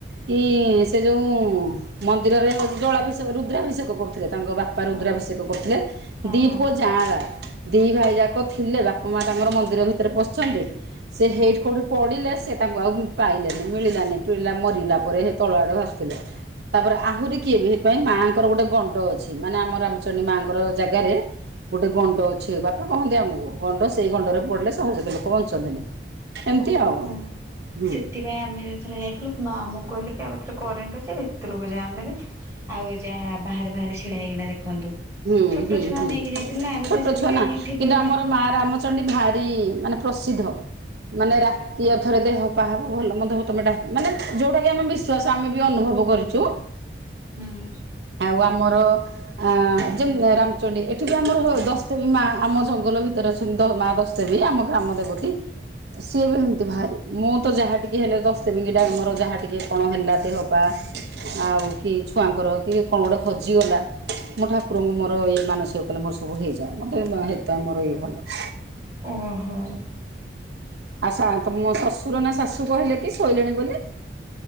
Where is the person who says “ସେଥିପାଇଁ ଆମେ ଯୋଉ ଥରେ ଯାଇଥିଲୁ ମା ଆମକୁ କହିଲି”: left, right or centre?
Right